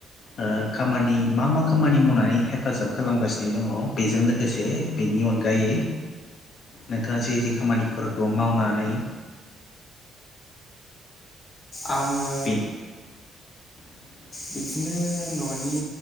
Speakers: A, on the left (about 60°); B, on the left (about 40°).
A: ओ खामानि मा मा खामानि मावनानै हेफाजाब खालामगासिनो दङ। बेजों लोगोसे बेनि अनगायै नोंथाङा जे जे खामानिफोरखौ मावनानै।
B: आङो
A: बे <unintelligible>
B: बिदिनो न'नि